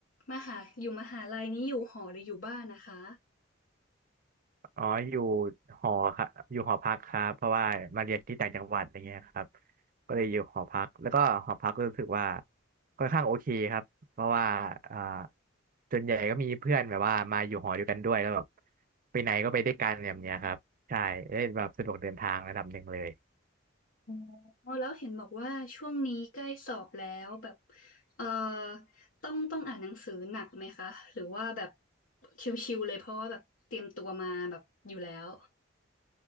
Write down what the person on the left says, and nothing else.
มหาอยู่มหาลัยนี้อยู่หอหรืออยู่บ้านนะคะ
อ๋อแล้วเห็นบอกว่าช่วงนี้ใกล้สอบแล้วแบบเอ่อต้องต้องอ่านหนังสือหนักไหมคะหรือว่าแบบชิวๆเลยเพราะว่าแบบเตรียมตัวมาแบบอยู่แล้ว